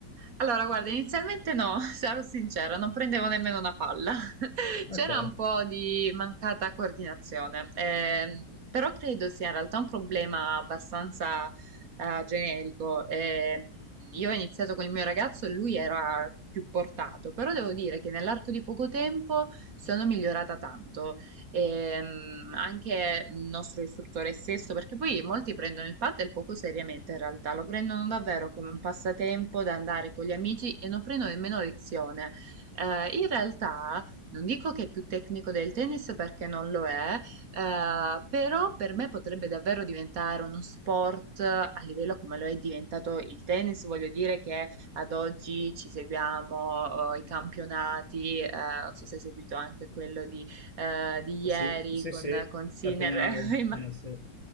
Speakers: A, on the right; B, on the left.
A: Allora, guarda, inizialmente no, <laughs> sarò sincera, non prendevo nemmeno una palla. <laughs>
B: Ok.
A: C'era un po' di mancata coordinazione, ehm, però credo sia in realtà un problema abbastanza eh, generico. Ehm, io ho iniziato con il mio ragazzo e lui era più portato, però devo dire che nell'arco di poco tempo sono migliorata tanto ehm, anche il nostro istruttore stesso, perché poi molti prendono il paddle poco seriamente in realtà, lo prendono davvero come un passatempo da andare con gli amici e non prendono nemmeno lezione. Eh, in realtà non dico che è più tecnico del tennis perché non lo è, eh, però per me potrebbe davvero diventare uno sport a livello come lo è diventato il tennis, voglio dire che ad oggi ci seguiamo eh, i campionati, eh, non so se hai seguito anche quello di eh, di ieri
B: Sì, sì,
A: con,
B: sì,
A: con Sinner.
B: la finale.
A: <laughs> Imma-
B: eh, sì.